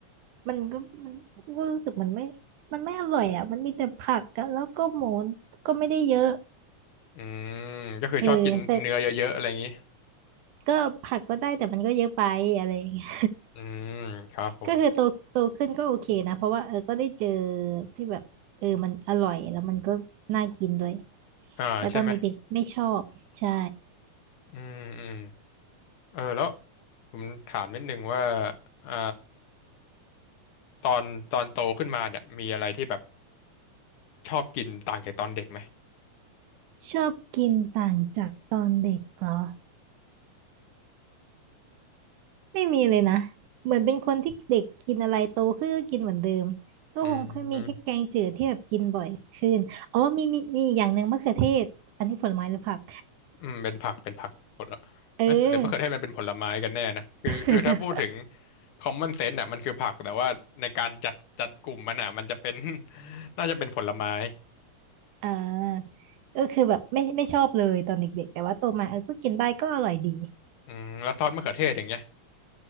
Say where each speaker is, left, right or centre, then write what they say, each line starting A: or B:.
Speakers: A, on the right; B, on the left.
A: มันก็มันก็รู้สึกมันไม่มันไม่อร่อยอ่ะมันมีแต่ผักอะแล้วก็หมูก็ไม่ได้เยอะ
B: อืมก็คือชอบกินเนื้อเยอะๆอะไรอย่างนี้
A: เออแต่ก็ผักก็ได้แต่มันก็เยอะไปอะไรอย่างเงี้ย
B: อืมครับผม
A: ก็คือโตโตขึ้นก็โอเคนะเพราะว่าเออก็ได้เจอที่แบบเออมันอร่อยแล้วมันก็น่ากินด้วย
B: อ่าใช่ไหม
A: แต่ตอนเด็กๆไม่ชอบใช่
B: อืมอืมเออแล้วผมถามนิดนึงว่าอ่าตอนตอนโตขึ้นมาเนี่ยมีอะไรที่แบบชอบกินต่างจากตอนเด็กไหม
A: ชอบกินต่างจากตอนเด็กเหรอ ไม่มีเลยนะ เหมือนเป็นคนที่เด็กกินอะไรโตขึ้นก็กินเหมือนเดิมก็คงเคยมีแค่แกงจืดที่แบบกินบ่อยขึ้นอ๋อมีมีมีอีกอย่างหนึ่งมะเขือเทศอันนี้ผลไม้หรือผัก
B: อืมอืมเป็นผักเป็นผักผลละเอ๊ะหรือมะเขือเทศมันเป็นผลไม้กันแน่นะคือคือถ้าพูดถึง
A: เออ <laughs>
B: common sense อ่ะมันคือผักแต่ว่าในการจัดจัดกลุ่มมันอ่ะมันจะเป็น <laughs> น่าจะเป็นผลไม้
A: อ่าก็คือแบบไม่ไม่ชอบเลยตอนเด็กๆแต่ว่าโตมาเออก็กินได้ก็อร่อยดี
B: อืมแล้วซอสมะเขือเทศอย่างเงี้ย